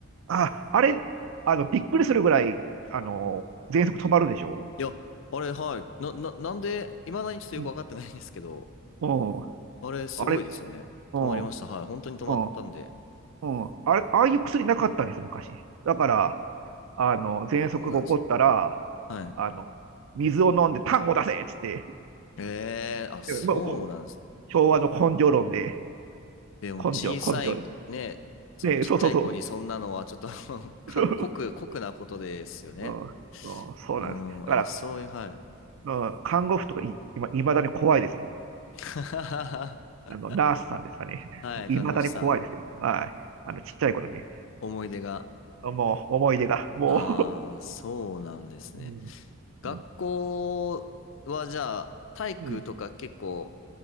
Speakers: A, on the right; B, on the left.
A: あ、あれ、あの、びっくりするぐらい、あの、喘息止まるでしょ
B: いや、あれ、はい。な、な、なんで、いまだにちょっとよくわかってないんですけど、
A: うん。うん
B: あれ、すごいですよね。
A: あれ、うん、
B: 止まりました。
A: う
B: はい。本当に止まったんで。
A: ん、うん。あれ、ああいう薬なかったんですよ、昔。だから、あの、喘息が起こったら、
B: そうなんですね。はい。
A: あの、水を飲んで痰を出せっつって、
B: えー、あ、そうなんです。
A: うんまあ、こ昭和の根性論で、
B: でも、
A: 根性、
B: 小さい、
A: 根性で。
B: ね、そのちっちゃい子にそんなのは、
A: ね、そうそうそう。
B: ちょっと <laughs> か、
A: <laughs>
B: 酷、酷なことですよね。
A: うんうん、そうなんです。
B: うん、
A: だか
B: あ、そういう、はい。
A: ら、うん、看護婦とかい、今、いまだに怖いですも
B: <laughs>
A: ん。あの、ナースさんですかね。
B: はい、
A: もういまだに怖いですよ。
B: 看護師さん。
A: はい。あの、ちっちゃい頃に。
B: 思い出が。
A: もう、思い出が。も
B: ああ、そうなんですね。
A: う、<laughs> うん、
B: 学校はじゃあ、
A: うん、
B: 体育とか結構
A: うん、